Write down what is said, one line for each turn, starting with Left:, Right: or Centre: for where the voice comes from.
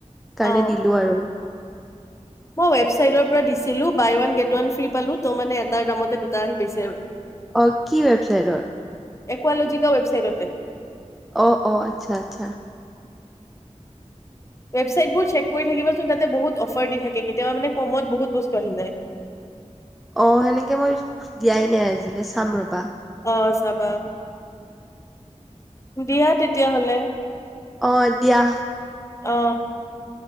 Centre: কাৰণে
Left: অ
Centre: দিলো আৰু
Left: মই ৱেবছাইদৰ পৰা দিছিলোঁ buy one get one free পালোঁ ত মানে এটাৰ দামতে দুটা আহি পাইছে আৰু
Centre: অ কি ৱেবছাইটত।
Left: একুৱালজিকা ৱেবচাইডটে।
Centre: অ অ আচ্ছা আচ্ছা।
Left: ৱেবছাটবোৰ চেক কৰি থাকিব চোন তাতে মানে বহুত অফাৰ দি থাকে কেতিয়াবা মানে কমত বহুত আহি যায়।
Centre: অ সেনেকে মই দিয়াই নাই আজিলেচ। চাম ৰ'বা।
Left: অ চাবা, দিয়া তেতিয়াহ'লে।
Centre: অ দিয়া।
Left: অ